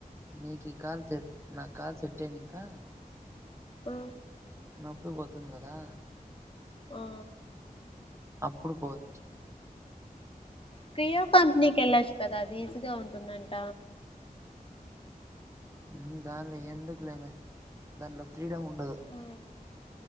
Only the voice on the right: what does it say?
నీకి ఈ కల్ సెట్ నా కల్ సట్టేనింకా
నొప్పి పోతుంది కదా
అప్పుడు పోవచ్చు
ఉమ్ దానిలో ఎందుకు లేమే దాంట్లో ఫ్రీడమ్ ఉండదు